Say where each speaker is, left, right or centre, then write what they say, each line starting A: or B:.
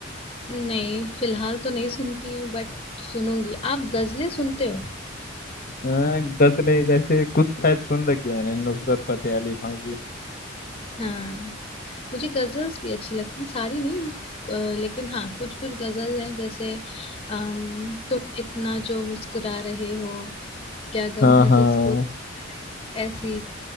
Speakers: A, on the left; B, on the left.
A: नहीं फिलहाल तो नहीं सुनती हूँ बट सुनूंगी आप गजलें सुनते हो
B: अ, गजरे जैसे कुछ शायद सुन रखी है मैंने नुसरत फतेह अली खान की
A: हाँ मुझे गजल्स भी अच्छी लगती है सारी नहीं अ, लेकिन हाँ कुछ कुछ गजल हैं जैसे अम, तुम इतना जो मुस्कुरा रहे हो क्या गम
B: हाँ
A: है
B: हाँ
A: जिसको ऐसी